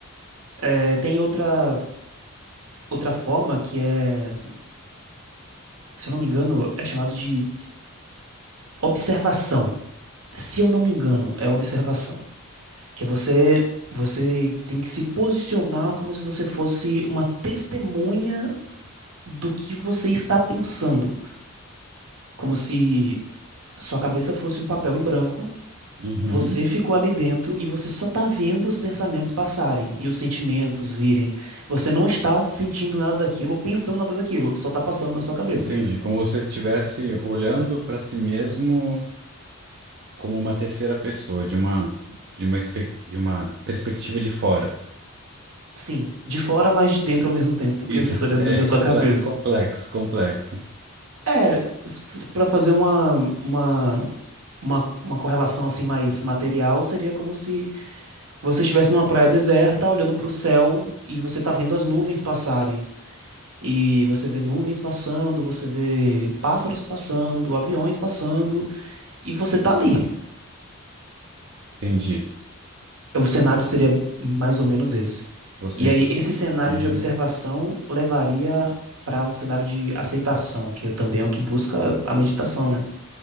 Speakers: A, on the right; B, on the right.
A: É, tem outra, outra forma que é, se eu não me engano, é chamado de observação. Se eu não me engano, é observação. Que você você tem que se posicionar como se você fosse uma testemunha do que você está pensando, como se sua cabeça fosse um papel em branco.
B: Uhum.
A: Você ficou ali dentro e você só tá vendo os pensamentos passarem e os sentimentos virem. Você não está sentindo nada daquilo ou pensando nada daquilo, só tá passando na sua cabeça.
B: Entendi. Como se você estivesse olhando para si mesmo como uma terceira pessoa, de uma, de uma, espe- de uma perspectiva de fora.
A: Sim, de fora, mas de dentro ao mesmo tempo, porque
B: Isso
A: isso estaria
B: <laughs> é
A: dentro da
B: comple-
A: sua cabeça.
B: complexo, complexo.
A: É, s- s- pra fazer uma, uma uma, uma correlação assim mais material seria como se você estivesse numa praia deserta, olhando para o céu e você está vendo as nuvens passarem. E você vê nuvens passando, você vê pássaros passando, aviões passando, e você tá ali.
B: Entendi.
A: O cenário seria mais ou menos esse.
B: Você
A: E aí, esse cenário
B: Uhum.
A: de observação levaria para um cenário de aceitação, que é também é o que busca a meditação, né?